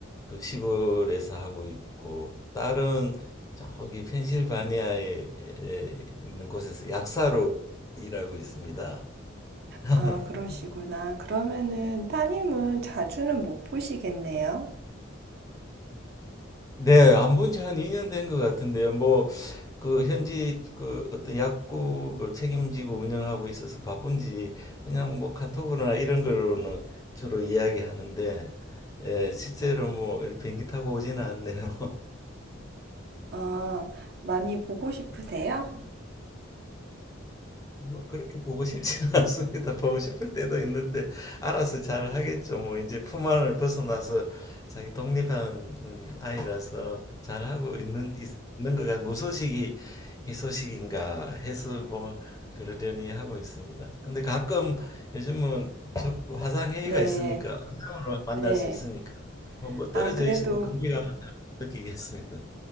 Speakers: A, on the left; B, on the right.
A: 그 시골에서 하고 있고 딸은 저기 펜실바니아에 에, 에 있는 곳에서 약사로 일하고 있습니다. <laughs>
B: 아, 그러시구나. 그러면은 따님은 자주는 못 보시겠네요.
A: 네. 안 본지 한 2년 된 것 같은데요. 뭐 그 현지 그 어떤 약국을 책임지고 운영하고 있어서 바쁜지 그냥 뭐 카톡으로나 이런 걸로는 주로 이야기하는데 예, 실제로 뭐 이렇게 비행기 타고 오지는 않네요.
B: 아, 많이 보고 싶으세요?
A: 뭐 그렇게 보고 싶지는 <laughs> 않습니다. 보고 싶을 때도 있는데 알아서 잘 하겠죠. 뭐 이제 품 안을 벗어나서 자기 독립한 음, 아이라서 잘 하고 있는 있- 있는 거가 무소식이 희소식인가 해서 뭐 그러려니 하고 있습니다. 근데 가끔 요즘은 저 화상 회의가
B: 네,
A: 있으니까 화상으로 만날
B: 네.
A: 수 있으니까 뭐, 뭐
B: 아,
A: 떨어져
B: 그래도
A: 있어도 거리감을 잘못 느끼겠습니다.